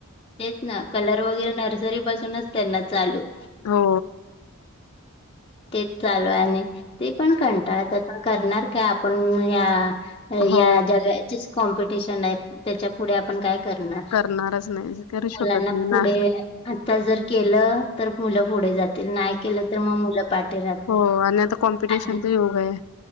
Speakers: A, on the left; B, on the left.
A: तेच ना कलर वगैरे नर्सरी पासूनच त्यांना चालू <inaudible>
B: हो
A: तेच चालू आणि ते पण कंटाळता आता करणार का आपण या
B: हो
A: या जगाचीच कॉम्पिटिशन आहे त्याच्या पुढे आपण काय करणार
B: करणारच नाही करू
A: मुलांना
B: शकत नाही
A: पुढे
B: ना
A: आता जर केलं तर मुलं पुढे जात नाही केलं तर मग मुलं पाठीे राहते
B: हो आणि आता कॉम्पिटिशनचा
A: आणि
B: योग आहे